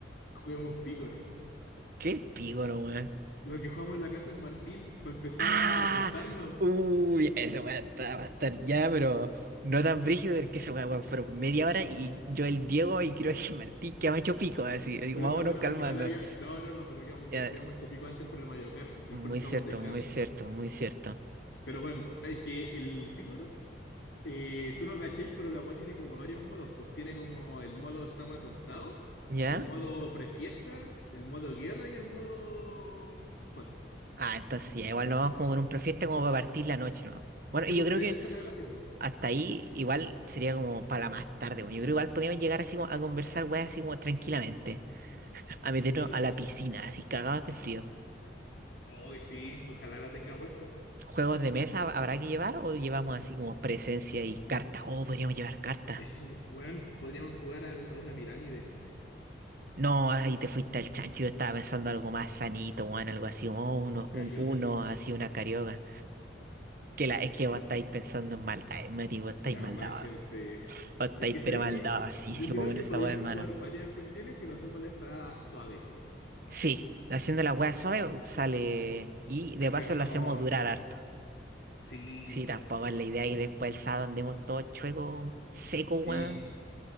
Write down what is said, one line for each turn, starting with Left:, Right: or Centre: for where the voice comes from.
Left: juguemos pícoro.
Right: Qué pígoro, weón.
Left: Lo que jugamos en la casa del Martín, para empezar
Right: ¡Ah!
Left: a tontarnos.
Right: Uy, ese weón está- va a estar ya, pero no tan brígido porque ese weón, weón, fueron media hora y yo el Diego y creo que el Martín que me hecho pico, así. Digo,
Left: Pero
Right: vámonos
Left: esa buena,
Right: calmando.
Left: porque igual había. No, no, no, pero quedamos,
Right: Ya, eh,
Left: quedamos hecho pico antes por el Mario Kart. Después
Right: muy
Left: nos estábamos
Right: cierto,
Left: en descanso.
Right: muy cierto, muy cierto.
Left: Pero bueno, es que el Picoro, eh, tú no cachéis, pero la weá tiene como varios modos. Pues tiene como el modo estamos atontados,
Right: ¿Ya?
Left: el modo prefiesta, el modo guerra y el modo hot.
Right: Ah, entonces ya, igual nos vamos como con un prefiesta como para partir la noche, ¿no? Bueno,
Left: Sí,
Right: y
Left: pues
Right: yo creo
Left: de
Right: que
Left: hecho esa es la gracia, pues.
Right: hasta ahí igual sería como para la más tarde, weón. Yo creo que igual podríamos llegar así como a conversar, weón, así como tranquilamente. a meternos
Left: Sí,
Right: a la piscina, así cagados de frío.
Left: hoy sí, ojalá la tenga puesta.
Right: ¿Juegos de mesa habrá que llevar o llevamos así como presencia y cartas? Oh, podríamos llevar cartas.
Left: Eso, weón, podríamos jugar al- a, una pirámide
Right: No, ahí te fuiste al chancho. Yo estaba pensando algo más sanito, weón, algo así, oh, uno,
Left: carioca.
Right: un uno, así una carioca. Que la,
Left: Mm,
Right: es que vos estáis pensando en maldad, Mati, vos estáis
Left: amáchense.
Right: maldados Vos estáis
Left: Es que sabéis
Right: pero maldadosísimo
Left: que yo creo
Right: con
Left: que
Right: esa
Left: podríamos
Right: weá, hermano.
Left: jugar varias cuestiones si lo hacemos la esta suave.
Right: Sí, haciendo la weá suave sale. Y de
Left: Alcanzamos.
Right: paso lo hacemos durar harto.
Left: Sí,
Right: Sí, tampoco es la idea que después el sábado andemos todos chuecos, secos,
Left: sí.
Right: weón